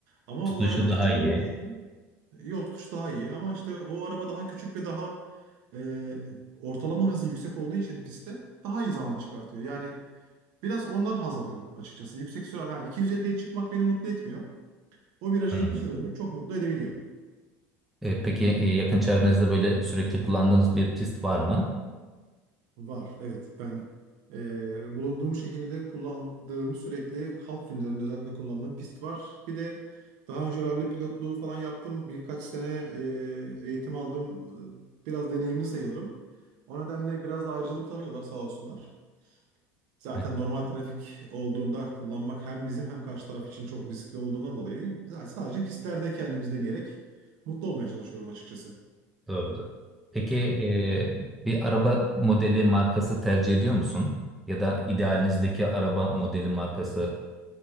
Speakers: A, on the right (about 65°); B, in the centre.
A: Ama
B: Tutuşu
A: o araba
B: daha
A: küçük
B: iyi.
A: olduğu için yol tutuş daha iyi. Ama işte o araba daha küçük ve daha e, ortalama hızı yüksek olduğu için pistte daha iyi zaman çıkartıyor. Yani biraz ondan haz alıyorum açıkçası. Yüksek sürat yani 250'ye çıkmak beni mutlu etmiyor. O virajı
B: Anladım.
A: 70'e dönmek çok mutlu edebiliyor.
B: E, peki e, yakın çevrenizde böyle sürekli kullandığınız bir pist var mı?
A: Var, evet. Ben e, bulunduğum şehirde kullandığım sürekli halk günlerinde özellikle kullandığım pist var. Bir de daha önce ralli pilotluğu falan yaptım. Birkaç sene e, eğitim aldım. E, Biraz deneyimli sayılırım. O nedenle biraz da ayrıcalık tanıyorlar sağ olsunlar. Zaten
B: Evet,
A: normal trafik olduğunda kullanmak hem bizim hem karşı taraf için çok riskli olduğundan dolayı zaten sadece pistlerde kendimiz deneyerek mutlu olmaya çalışıyorum açıkçası.
B: doğrudur. Peki e, bir araba modeli markası tercih ediyor musun? Ya da idealinizdeki araba modeli markası